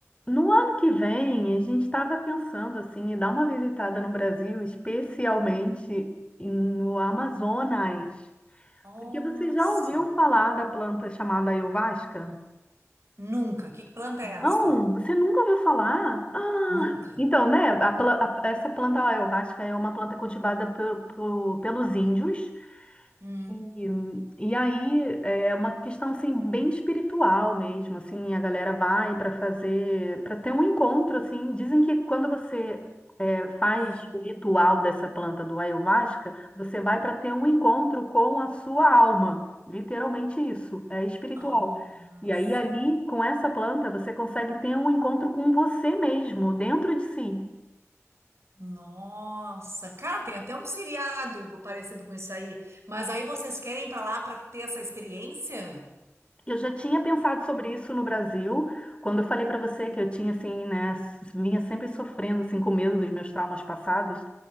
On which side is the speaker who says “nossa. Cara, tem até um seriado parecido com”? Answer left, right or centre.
Right